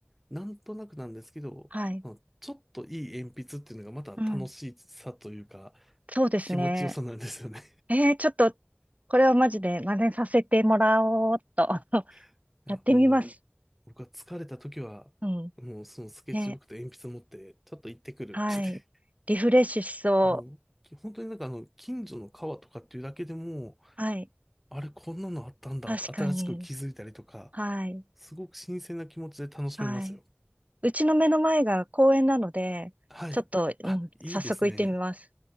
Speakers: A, in the centre; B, on the right.
A: なんとなくなんですけど、
B: はい。
A: まあちょっといい鉛筆っていうのがまた楽しさというか、
B: うん。そうですね。
A: 気持ちよさなんですよね。
B: えー、ちょっと、これはマジで真似させてもらおうっと。<laughs>
A: <laughs> いやも
B: やってみます。
A: う、僕は疲れた時は、
B: うん。
A: もうそのスケッチブックと鉛筆持って、
B: ね。
A: ちょっと行ってくるって言って、
B: はい。リフレッシュしそ
A: <laughs> もう、き本当になんかあの、近所の川とかっていうだけでも、
B: う。はい。
A: あれこんなのあったんだって新しく気づいたりとか、
B: 確かに。はい。
A: すごく新鮮な気持ちで楽しめますよ。
B: はい。うちの目の前が公園なので、
A: はい。
B: ちょっと、うん、
A: あ、いいですね。
B: 早速行ってみます。